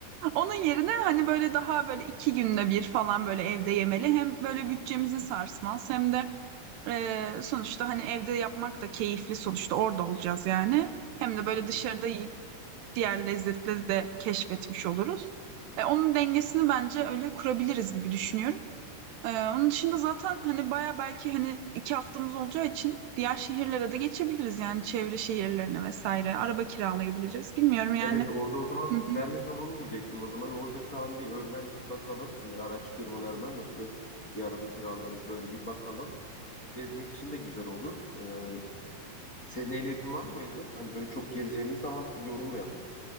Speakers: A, on the right (about 75°); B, on the left (about 25°).
A: Onun yerine hani böyle daha böyle 2 günde bir falan böyle evde yemeli. Hem böyle bütçemizi sarsmaz hem de ee, sonuçta hani evde yapmak da keyifli sonuçta orada olacağız yani. Hem de böyle
B: <laughs>
A: dışarıda yiyip diğer lezzetleri de keşfetmiş oluruz. E, onun dengesini bence öyle kurabiliriz gibi düşünüyorum. E, onun dışında zaten hani baya belki hani iki haftamız olacağı için diğer şehirlere de geçebiliriz yani çevre şehirlerine vesaire. Araba kiralayabiliriz. Bilmiyorum yani.
B: Evet orada o zaman
A: Hı hı.
B: ben de tam onu diyecektim. O zaman orada şu an bir önden bakalım. Hani araç firmalarına nasıl bir araba kiralarız böyle bir bakalım. Gezmek için de güzel olur. Ee, senin ehliyetin var mıydı? Hani böyle çok gezeceğimiz zaman yorulmayalım.